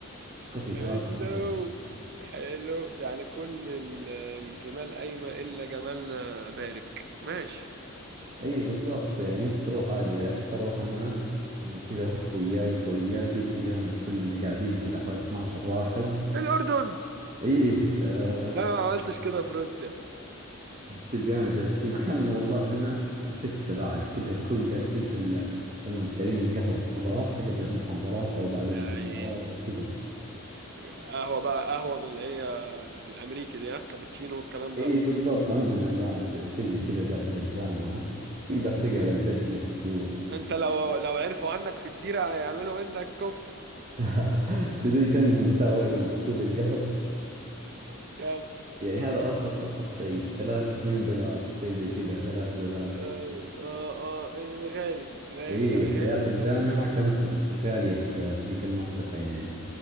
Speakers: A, on the right; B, on the right.
A: كوفي
B: حلو
A: هاوس وكذا
B: حلو يعني كل ال- الجمال قايمة إلا جمالنا بارك ماشي
A: اي بالضبط يعني انت تروح عادي يعني كنت اروح انا وكذا اخوياي وخوياتي تلقانا كلنا قاعدين كذا حول 12 واحد
B: في الأردن
A: اي آه،
B: ده ما عملتش كده في روسيا
A: تلقانا جالسين احيانا والله انا وستة بعد كذا نكون جالسين في ال... في الم... قاعدين نتقهوى الصباح قبل المحاضرات او بعد
B: يا
A: المحاضرات
B: عيني
A: او كذا
B: قهوة بقى قهوة من اللي هي الأمريكي دي ها كابتشينو والكلام
A: اي
B: ده
A: بالضبط عندنا بعد شيء زي كذا داخل الجامعة تقدر تقعد وتجلس و...
B: أنت لو لو عرفوا عنك في الديرة هيعملوا منك كفتة
A: <laughs> تدري كم هو سعر ال- كوب القهوة
B: كام
A: يعني هذا ارخص ارخص شيء ثلاث اثنين دولار شيء زي كذا ثلاث دولار
B: آه آه آه آه، غالي غالي
A: اي
B: لا غالي
A: حياة الجامعة
B: قوي
A: كانت غالية في في ذيك المنطقة يعني